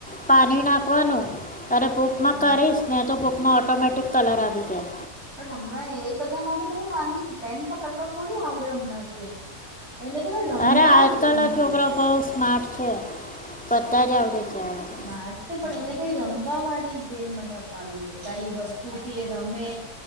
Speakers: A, in the centre; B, on the right.
A: પાણી નાખવાનું. અરે બુકમાં
B: પણ
A: કરીસને તો માં ઓટોમેટિક કલર આવી જાય.
B: પણ હમણાં એ બધા માટે બહુ નાની પેન પકડવા થોડી આવડે હમણાંથી એને. એને તો રમવાની
A: અરે આજકાલના
B: ગેમ જોઈએ
A: છોકરા બહુ સ્માર્ટ છે. બધા જ આવડે છે આ લોકો
B: <unintelligible> ને પણ એને કઈ રમવા વાળી ગેમ મને અપાવી દે કાંઈ વસ્તુથી એ રમે